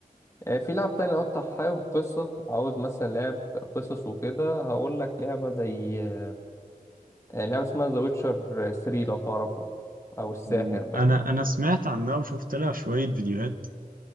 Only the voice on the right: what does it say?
أمم،
أنا أنا سمعت عنها وشفت لها شوية فيديوهات